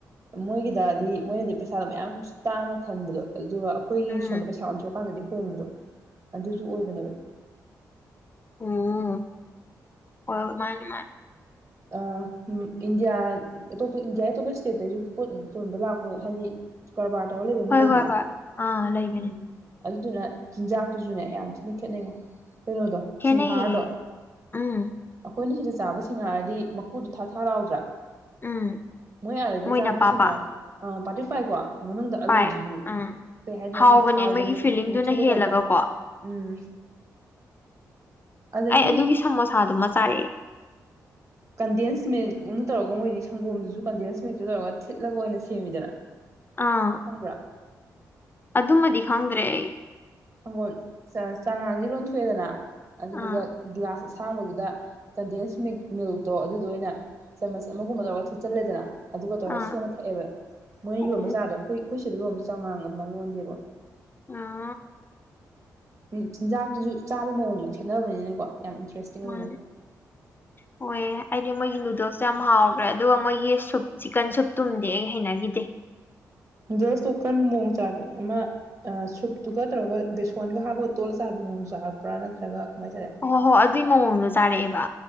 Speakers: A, on the right; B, on the left.
A: ꯃꯣꯏꯒꯗꯗꯤ ꯃꯣꯏꯅꯗꯤ ꯄꯩꯁꯥꯗꯣ ꯃꯌꯥꯝ ꯇꯥꯡꯅ ꯈꯟꯕꯗꯣ ꯑꯗꯨꯒ ꯑꯩꯈꯣꯏ
B: ꯎꯝ
A: ꯁꯣꯟꯗ ꯄꯩꯁꯥ ꯑꯣꯟꯊꯣꯔꯛꯀꯥꯟꯗꯗꯤ ꯀꯨꯝ꯭ꯔ ꯑꯗꯨꯁꯨ ꯑꯣꯏꯕꯅꯦꯕ
B: ꯎꯝ ꯍ ꯃꯥꯅꯦ ꯃꯥꯅꯤ
A: ꯑ ꯎ ꯏꯟꯗꯤꯌꯥ ꯑꯇꯣꯞꯄ ꯏꯟꯗꯤꯌꯥ ꯑꯇꯣꯞꯄ ꯏꯁꯇꯦꯠꯇꯇꯩꯒꯤꯁꯨ ꯄꯣꯠ ꯌꯣꯟꯕ ꯂꯥꯛꯄ ꯍꯥꯏꯗꯤ ꯔꯕꯥꯔ ꯍꯕ
B: ꯍꯣꯏ
A: ꯃꯤꯂꯗ
B: ꯍꯣꯏ ꯍꯣꯏ ꯑꯥ ꯂꯩꯕꯅꯦ
A: ꯎꯝ ꯑꯗꯨꯗꯨꯅ ꯆꯤꯟꯖꯥꯛꯇꯨꯁꯨꯅꯦ ꯌꯥꯝ ꯊꯤꯅ ꯈꯦꯠꯅꯩꯉꯣ ꯀꯩꯅꯣꯗꯣ
B: ꯈꯦꯠꯅꯩꯌꯦ
A: ꯁꯤꯡꯍꯥꯔꯗꯣ
B: ꯎꯝ
A: ꯑꯩꯈꯣꯏꯅ ꯍꯗ ꯆꯥꯕ ꯁꯤꯡꯉꯔꯗꯤ ꯃꯀꯨꯗꯨꯣ ꯊꯥ ꯊꯥ ꯂꯎꯗ꯭ꯔꯥ
B: ꯎꯝ
A: ꯃꯣꯏ ꯑꯗꯤ
B: ꯃꯣꯏꯅ
A: ꯆꯥꯕꯨꯣꯁꯤꯉꯔ
B: ꯄꯥꯄꯥ
A: ꯑ ꯄꯥ ꯄꯥꯏ ꯀꯣ ꯃꯅꯨꯡꯗ ꯑꯂꯨꯗꯨꯁꯨ
B: ꯄꯥꯏ ꯎꯝ
A: ꯀꯩ ꯍꯥꯏꯗꯅꯣ
B: ꯍꯥꯎꯕꯅꯦ
A: ꯑꯩꯈꯣꯏ ꯊꯥꯎꯗ
B: ꯃꯣꯏꯒꯤ ꯐꯤꯂꯤꯡꯗꯨꯅ
A: ꯉꯣꯛꯊꯣꯛꯄꯩꯇꯥꯗ
B: ꯍꯦꯜꯂꯒꯀꯣ
A: ꯎꯝ ꯑꯗꯒꯤ
B: ꯑꯩ ꯑꯗꯨꯒꯤ ꯁꯃꯣꯁꯥꯗꯣ ꯃ ꯇꯔꯦ
A: ꯀꯟꯗꯦꯟꯁꯃꯦꯟꯅ ꯇꯧꯔꯒ ꯃꯣꯏꯗꯤ ꯁꯪꯒꯣꯝꯗꯨꯁꯨ ꯀꯟꯗꯦꯟꯁꯃꯦꯟꯇꯨ ꯇꯧꯔꯒ ꯊꯤꯠꯂꯒ ꯑꯣꯏꯅ ꯁꯦꯝꯃꯤꯗꯅ
B: ꯑꯥ
A: ꯈꯪꯕ꯭ꯔꯥ
B: ꯑꯗꯨꯃꯗꯤ ꯈꯪꯗ꯭ꯔꯦ ꯑꯩ
A: ꯁꯪꯒꯣꯜ ꯆꯉꯥꯡꯁ ꯂꯣꯟꯊꯣꯛꯑꯦꯗꯅ ꯑꯗꯨꯗꯨꯒ
B: ꯑꯥ
A: ꯒ꯭ꯂꯥꯁ ꯑꯁꯥꯡꯕꯗꯨꯗ ꯀꯟꯗꯦꯟꯁ ꯃꯤꯜꯛꯇꯣ ꯑꯗꯨꯗ ꯑꯣꯏꯅ ꯆꯥꯃꯁ ꯑꯃꯒꯨꯝꯕ ꯇꯧꯔꯒ ꯊꯤꯠꯆꯜꯂꯦꯗꯅ ꯑꯗꯨꯒ ꯇꯧꯔꯒ
B: ꯑꯥ
A: ꯁꯦꯝꯃ ꯊꯛꯑꯦꯕ ꯃꯣꯏꯅ
B: ꯑꯣ
A: ꯌꯣꯟꯕ ꯥꯔꯗꯣ ꯍꯈꯣꯏ ꯑꯩꯈꯣꯏꯁꯤꯗ ꯂꯣꯟꯕ ꯆꯉꯥꯡꯒ ꯑꯗꯨꯃꯥꯏꯅ ꯂꯣꯟꯗꯦꯕ
B: ꯑ
A: ꯎꯝ ꯆꯤꯟꯖꯥꯛꯇꯨꯁꯨ ꯆꯥꯕꯩ ꯃꯑꯣꯡꯁꯨ ꯈꯦꯠꯅꯕꯅꯤꯅꯀꯣ ꯌꯥꯝ ꯏꯟꯇꯔꯦꯁꯇꯤꯡ ꯑꯣꯏꯕꯅꯦ
B: ꯃꯥꯅꯦ ꯍꯌꯦ ꯑꯩꯗꯤ ꯃꯣꯏꯒꯤ ꯅꯨꯗꯜꯁꯇ ꯌꯥꯝ ꯍꯥꯎꯈ꯭ꯔꯦ ꯑꯗꯨꯒ ꯃꯣꯏꯒꯤ ꯁꯨꯞ ꯆꯤꯛꯀꯟ ꯁꯨꯞ ꯇꯨꯝꯗꯦ ꯑꯩ ꯍꯩꯅꯈꯤꯗꯦ
A: ꯒꯦꯁꯇꯣ ꯀꯔꯝꯕ ꯃꯑꯣꯣꯡ ꯆꯥꯒꯦ ꯑꯃ ꯁꯨꯞꯇꯨꯒ ꯇꯧꯔꯒ ꯕꯦꯁꯣꯟꯒ ꯍꯥꯞꯄꯒ ꯇꯣꯜꯂ ꯆꯥꯕꯤ ꯃꯑꯣꯣꯡ ꯆꯥꯔꯛꯄ꯭ꯔꯥ ꯅꯠꯇ꯭ꯔꯒ ꯀꯃꯥꯏꯅ ꯆꯥꯔꯛꯑꯦ
B: ꯑꯣ ꯍꯣ ꯍꯣꯏ ꯑꯗꯨꯏ ꯃꯑꯣꯡꯗꯣ ꯆꯥꯔꯛꯑꯦꯕ